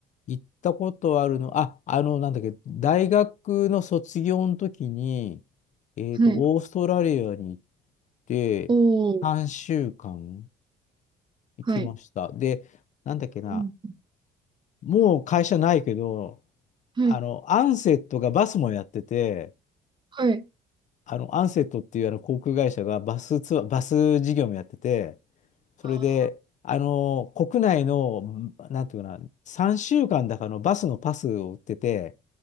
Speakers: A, on the left; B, on the right.
A: 行ったことあるの、あ、あの、なんだっけ、大学の卒業の時に、えっと、
B: はい。
A: オーストラリアに行って、
B: おー、
A: 3週間行きました。
B: はい。
A: で、なんだっけな、
B: うん。
A: もう会社ないけど、
B: はい、
A: あの、アンセットがバスもやってて、
B: はい。
A: あの、アンセットっていうあの航空会社がバスツアー、バス事業もやってて、それで、
B: あー、
A: あの、国内の、なんていうかな、3週間だかのバスのパスを売ってて、